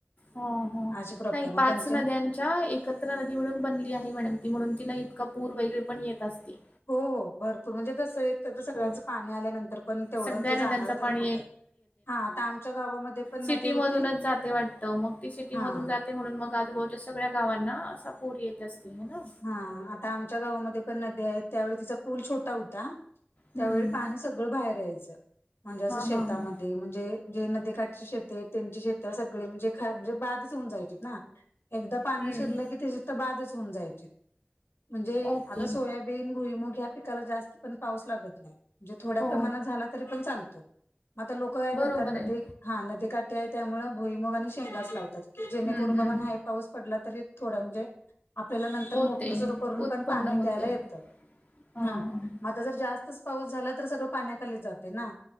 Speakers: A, on the left; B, on the left.
A: हो हो
B: अशी प्रॉपर
A: नाही
B: मग
A: पाच
B: पंच
A: नद्यानं च्या एकत्र नदी मिळून बनलेली आहे मॅडम ती म्हणून तिला इतका पूर वगैरे पण येत असते.
B: हो हो भरपूर म्हणजे कसं आहे. तर ते सगळ्याचं
A: हो.
B: पाणी आल्यानंतर पण तेवढं
A: सगळ्या
B: ते
A: नद्यांचं
B: जाणार तरी
A: पाणी
B: कुठं हा आता आमच्या गावामध्ये पण
A: सिटी
B: नदी होती
A: मधूनच जाते वाटत मग ती सिटीमधून
B: हा
A: जात ते म्हणून मग आजबाजूच्या सगळ्या गावांना असा पूर येत असते हाय ना
B: हा आता आमच्या गावामध्ये पण नद्या आहेत त्या वेळी तिचा पूल छोटा होता त्यावेळी
A: हम्म.
B: पाणी सगळं बाहेर यायचं म्हणजे असं
A: हां
B: शेतामध्ये
A: हां हां.
B: म्हणजे जे नदीकाठची शेते त्यांची शेत सगळी म्हणजे ख म्हणजे बाधच होऊन जायची ना एकदा पाणी
A: हम्म.
B: शिरलं की, ती शेत बाधच होऊन जायची म्हणजे
A: ओके.
B: आता सोयाबी बीन, भुईमूग ह्या पिकाला जास्त पण पाऊस लागत नाही म्हणजे थोड्या
A: हो.
B: प्रमाणात झाला तरी पण चालतो. आता लोकं काय
A: बरोबर
B: करतात नदी
A: आहे.
B: हा नदी काठी आहे त्यामुळे भुईमूग आणि शेंगाच लावतात. जेणेकरून
A: हम्म
B: बाबा
A: हम्म.
B: नाही पाऊस पडला तरी थोड म्हणजे आपल्याला लाग तर
A: होते.
B: मोटर सुरू करून
A: उत्पन्न
B: पण पाणी
A: होते.
B: द्यायला येत
A: हां.
B: ह आता जर जास्तच पाऊस झाला तर सगळं पाण्याखाली जाते ना